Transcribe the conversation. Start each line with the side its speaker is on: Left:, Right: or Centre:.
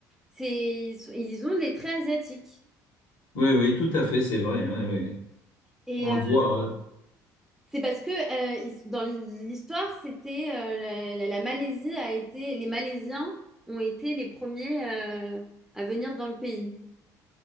Centre: C'est, ils, sont- ils ont les traits asiatiques.
Left: Oui, oui, tout à fait, c'est vrai. Oui, oui.
Centre: Et
Left: On
Centre: euh,
Left: le voit. hein.
Centre: c'est parce que euh, ils- dans l'histoire, c'était euh, la, la- la Malaisie a été, les Malaisiens ont été les premiers euh, à venir dans le pays.